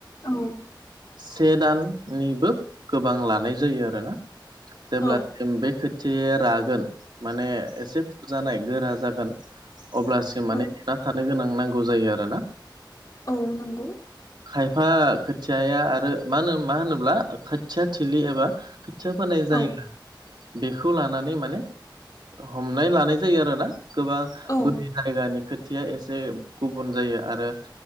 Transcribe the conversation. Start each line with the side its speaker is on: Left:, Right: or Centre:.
Left: औ
Right: से दाननिबो गोबां लानाय जायो आरोना जेब्लासिम
Left: औ
Right: बे खोथियाया रागोन माने एसे फुजानाय गोरा जागोन अब्लासिम
Left: औ
Right: माने नेना थानो गोनां नांगौ जायो आरोना
Left: औ नंगौ
Right: खायफा खोथियाया आरो मा होनो मा होनोब्ला खोथिया थिलि एबा खोथिया फोनाय जायगा
Left: औ
Right: बेखौ लानानै माने हमनाय लानाय जायो आरोना गोबां
Left: औ
Right: बोरि जायगानि खोथि थिया एसे गुबुन जायो आरो